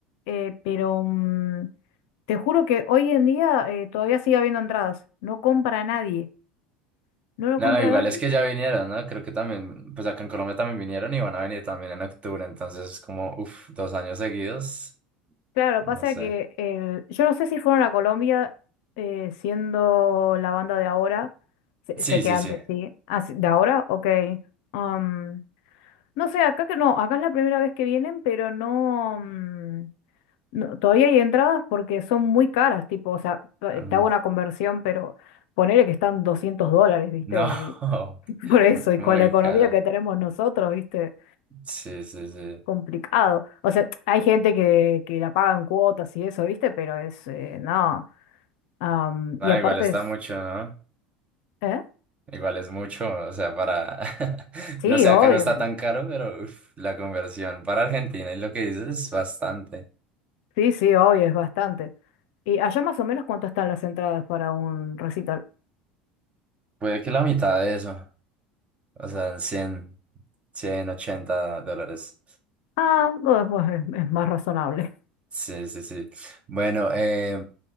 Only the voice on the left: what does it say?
eh, pero mm, te juro que hoy en día eh, todavía sigue habiendo entradas, no compra nadie, no lo
compra
nadie
Claro,
pasa
que el, yo no sé si fueron a Colombia eh, siendo la banda de ahora. Sé,
sé que
antes,
sí. Ah, sí, ¿de ahora? Ok. Am, no sé, acá que no, acá es la primera vez que vienen, pero no, mm, no, todavía hay entradas porque son muy caras, tipo, o sea, pa-
te hago una conversión, pero ponele que están 200 dólares, ¿viste?
Y <laughs> por eso,
y
con la economía
que tenemos nosotros, ¿viste?
complicado. O sea, hay gente que, que la pagan cuotas y eso, ¿viste? Pero es, eh, no. Am,
y aparte
es,
¿eh?
Sí,
obvio.
pero-
Sí, sí, obvio, es bastante. ¿Y allá más o menos cuánto están las entradas para un recital?
Ah, no, es, más es- es más razonable.